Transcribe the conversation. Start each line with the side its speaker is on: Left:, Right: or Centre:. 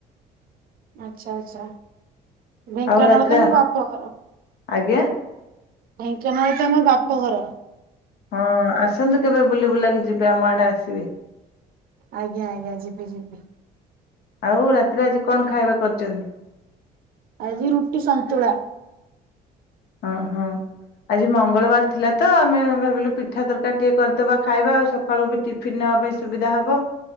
Right: ଆଚ୍ଛା ଆଚ୍ଛା ଢେଙ୍କାନାଳ
Left: ଆଉ ରାତିରେ
Right: ତ ମୋ ବାପ ଘର।
Left: ଆଜ୍ଞା
Right: ଢେଙ୍କାନାଳ ତମ ବାପ ଘର।
Left: ହଁ ଆସନ୍ତୁ କେବେ ବୁଲି ବୁଲାକି ଯିବେ ଆମ ଆଡେ ଆସିବେ।
Right: ଆଜ୍ଞା ଆଜ୍ଞା ଯିବି ଯିବି।
Left: ଆଉ ରାତିରେ ଆଜି କଣ ଖାଇବା କରିଛନ୍ତି?
Right: ଆଜି ରୁଟି ସନ୍ତୁଳା।
Left: ଅହଁ ଆଜି ମଙ୍ଗଳବାର ଥିଲା ତ ଆମେ ଭାବିଲୁ ପିଠା ତରକାରୀ ଟିକେ କରିଦବା ଖାଇବା ଆଉ ସକାଳୁ ବି ଟିଫିିନ ନେବା ପାଇଁ ସୁବିଧା ହବ।